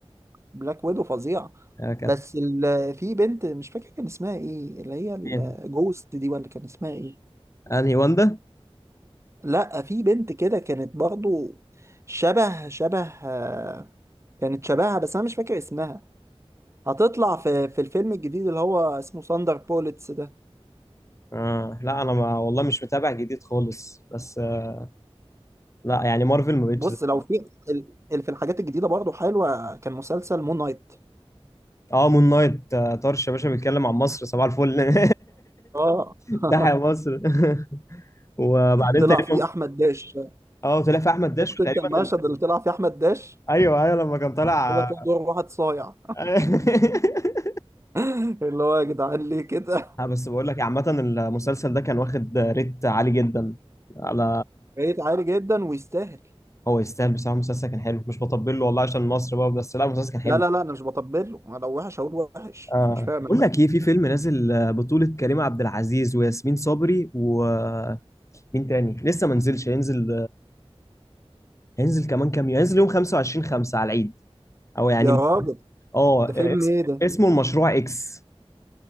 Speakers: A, on the right; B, on the left.
A: بلاك ويدو فظيع
B: آه، كانت
A: بس ال... في بنت مش فاكر كان اسمها ايه اللي هي
B: مين؟
A: الجوست دي ولا كان اسمها ايه
B: انهي واندا؟
A: لا في بنت كده كانت برضو شبه شبه آه، كانت شبهها بس انا مش فاكر اسمها هتطلع في في الفيلم الجديد اللي هو اسمه ساندر بوليتس ده
B: آه لا انا ما والله مش متابع جديد خالص بس آه، لا يعني مارفل ما بقتش
A: بص
B: زي الأول.
A: لو في ال... ال- في الحاجات الجديدة برضو حلوة كان مسلسل مون نايت
B: اه مون نايت آه، طرش يا باشا بيتكلم عن مصر صباح الفل
A: اه <laughs>
B: <laughs> تحيا مصر <laughs> وبعدين
A: طلع
B: تقريبا
A: فيه احمد داش
B: اه طلع في احمد داش
A: شفت
B: تقريبا
A: انت المشهد
B: ال...
A: اللي طلع فيه احمد داش
B: ايوه ايوه لما كان طالع
A: قال لك هو دور واحد صايع
B: <laughs>
A: <laughs> اللي هو يا جدعان ليه كده
B: ها بس بقول لك إيه، عامة المسلسل ده كان واخد ريت عالي جدا على
A: <laughs> ريت عالي جدا ويستاهل
B: هو يستاهل بصراحة المسلسل كان حلو مش بطبل له والله عشان مصر بقى بس لا المسلسل كان حلو
A: لا لا لا انا مش بطبل له انا لو وحش هقول وحش
B: آه.
A: انا مش فاهم
B: بقول لك ايه في فيلم نازل آه، بطولة كريم عبد العزيز وياسمين صبري ومين تاني لسه ما نزلش هينزل هينزل كمان كام يوم هينزل يوم 25 5 على العيد او يعني
A: يا راجل
B: اه
A: ده فيلم
B: اس-
A: ايه ده
B: اسمه المشروع اكس